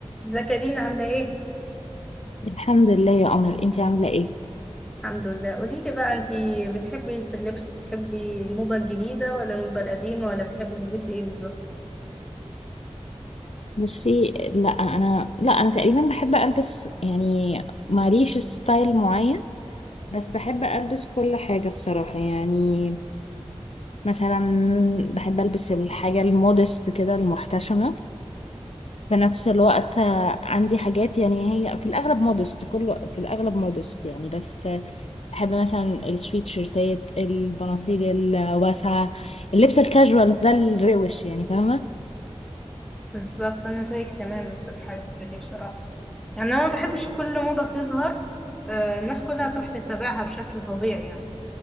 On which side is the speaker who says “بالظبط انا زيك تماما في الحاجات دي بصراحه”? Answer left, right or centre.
Centre